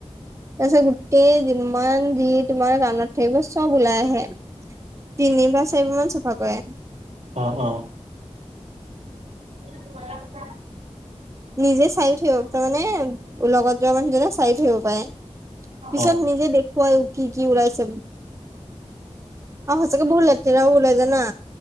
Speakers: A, on the right (about 25°); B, on the right (about 75°).
A: তাৰ পিছত গোটেই যিমান যি তোমাৰ কাণত থাকিব, চব ওলাই আহে। তিন বাৰ চাৰি বাৰমান চাফা কৰে।
B: অ', অ'। <unintelligible>
A: নিজে চাই থৈব তাৰ মানে লগত যোৱা মানুহজনে চাই থৈ আহিব পাৰে। পিছত
B: অ
A: নিজে দেখুৱাইও কি-কি ওলাইছিল। সচাকে বহত লেতেৰা ওলাই যানা?